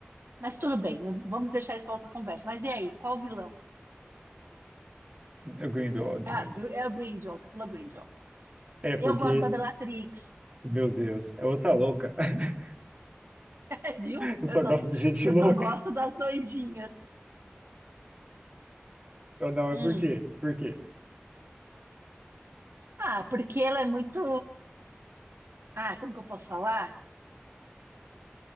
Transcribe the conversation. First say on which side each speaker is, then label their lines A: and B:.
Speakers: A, on the right (about 70°); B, on the right (about 25°).
A: Mas tudo bem, não- vamos deixar isso para outra conversa. Mas e aí, qual vilão?
B: o Grindelwald mesmo.
A: É a, Gr- é a Grindelwald, você falou Grindelwald.
B: É porque,
A: Eu gosto da Bellatrix,
B: meu Deus, é outra louca. <laughs>
A: <laughs> viu?
B: Eu só
A: Eu só,
B: gosto
A: sou-
B: de gente
A: eu
B: louca.
A: só gosto das doidinhas.
B: Eu não, é
A: Hum.
B: por quê? Por quê?
A: Ah, porque ela é muito. Ah, como que eu posso falar?